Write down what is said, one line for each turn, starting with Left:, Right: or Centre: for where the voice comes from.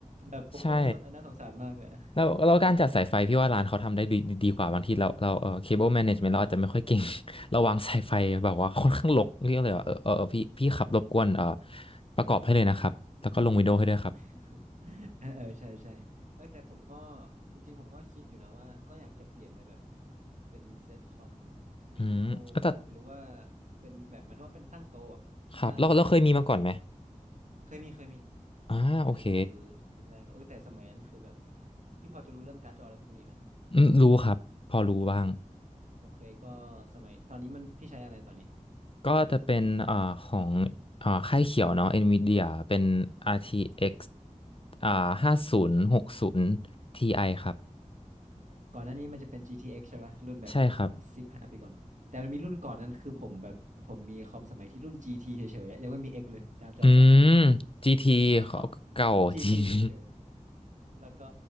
Right: แบบโอ้โคนน่าสงน่าสงสารมากเลยอะ
Left: ใช่ แล้วแล้วการจัดสายไฟพี่ว่าร้านเขาทำได้ดีดีกว่าบางทีเราเราเออเคเบิลแมเนจเมนต์เราอาจจะไม่ค่อยเก่ง
Right: อ๋อ
Left: <laughs> เราวางสายไฟแบบว่าค่อนข้างรกเรียกเลยว่าเออเออเออพี่พี่ขับรบกวนเออประกอบให้เลยนะครับแล้วก็ลงวินโดว์ให้ด้วยครับ
Right: <laughs> เออเออใช่ใช่เออแต่ผมก็จริงๆผมก็คิดอยู่นะว่าก็อยากจะเปลี่ยนไปแบบเป็นเซตคอม
Left: อืมแล้วแต่
Right: วินโดว์หรือว่าเป็นแบบหมายถึงว่าเป็นตั้งโต๊ะอะถ้าแบบเรียนเซตอะไรเสร็จ
Left: ครับเราเราเคยมีมาก่อนไหม
Right: เคยมีเคยมี
Left: อ่าโอเค
Right: อันนั้นคือแรกๆโอ้ยแต่สมัยนั้นคือแบบพี่พอจะรู้เรื่องการ์ดจออะไรพวกนี้ไหม
Left: อืมรู้ครับพอรู้บ้าง
Right: โอเคก็สมัยตอนนี้มันพี่ใช้อะไรตอนนี้
Left: ก็จะเป็นเอ่อของเอ่อค่ายเขียวเนาะ Nvidia เป็น RTX อกซ์อ่าห้าศูนย์หกศูนย์ Ti ครับ
Right: ก่อนหน้านี้มันจะเป็น GTX ใช่ป่ะรุ่นแบบสองสิบห้าปีก่อนแต่มันมีรุ่นก่อนนั้นคือผมแบบผมมีคอมสมัยที่รุ่น
Left: ใช่ครับ
Right: GT เฉยๆอะยังไม่มี X เลยการ์ดจอตอนนั้นอะ
Left: อืม
Right: <laughs>
Left: GT
Right: เออขอ
Left: เขาเก่า <laughs>
Right: GT
Left: จริง
Right: เฉยๆแล้วก็